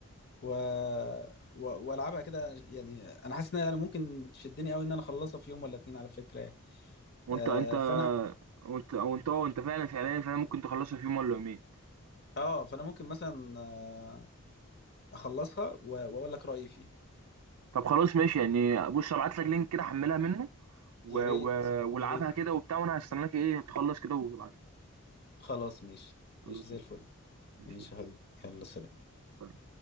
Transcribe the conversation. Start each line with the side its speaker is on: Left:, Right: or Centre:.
Left: و... و... والعبها كده يعني انا حاسس انها ممكن تشدني قوي ان انا اخلصها في يوم ولا اتنين على فكره يعني
Right: وانت
Left: آه
Right: انت
Left: فانا
Right: وانت وانت وانت فعلا فعلا فعلا ممكن تخلصها في يوم ولا يومين
Left: اه فانا ممكن مثلا آه، اخلصها و... واقول لك رايي فيها
Right: طب خلاص ماشي يعني بص ابعت لك لينك كده حملها منه و...
Left: يا ريت
Right: و... والعبها
Left: يا ريت
Right: كده وبتاع وانا هستناك ايه تخلص كده وتبعت لي
Left: خلاص ماشي
Right: خلاص
Left: ماشي زي
Right: ماشي
Left: الفل
Right: ماشي
Left: ماشي يا حبيبي يلا سلام
Right: يلا.